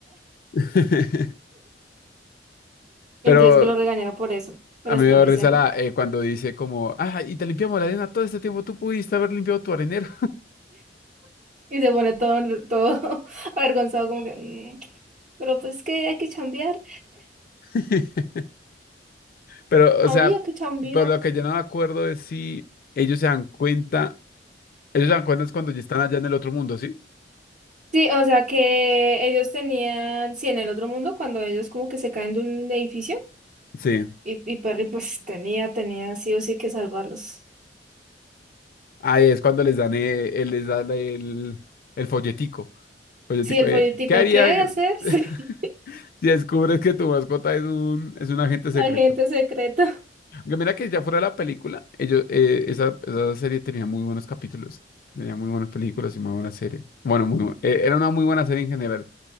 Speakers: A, on the left (about 55°); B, on the right (about 45°).
A: <laughs> Pero
B: Entonces que lo regañaron por eso. Pero
A: a mí
B: después
A: me dio
B: dicen,
A: risa la, eh, cuando dice como, ah, y te limpiamos la arena todo este tiempo, tú pudiste haber limpiado tu arenero.
B: <laughs> y se pone todo, todo <laughs> avergonzado como que... "Mm, Pero pues que hay que chambear.
A: <laughs> Pero, o sea,
B: Había que cambiar.
A: pero lo que yo no me acuerdo es si ellos se dan cuenta, ellos se dan cuenta es cuando ya están allá en el otro mundo, ¿sí?
B: Sí, o sea que ellos tenían, sí, en el otro mundo, cuando ellos como que se caen de un edificio,
A: Sí.
B: y, y Perry pues tenía, tenía sí o sí que salvarlos.
A: Ahí es cuando les dan, eh, eh, les dan el, el folletico, folletico
B: Sí, el
A: de,
B: folletico,
A: ¿qué haría
B: ¿qué hay que hacer? <laughs> Sí,
A: <laughs> si descubres que tu mascota es un, es un agente secreto?
B: agente secreto.
A: Yo Mira que ya fuera de la película, ellos, eh, esa, esa serie tenía muy buenos capítulos, tenía muy buenas películas y muy buena serie. Bueno, muy, bu- eh, era una muy buena serie en general.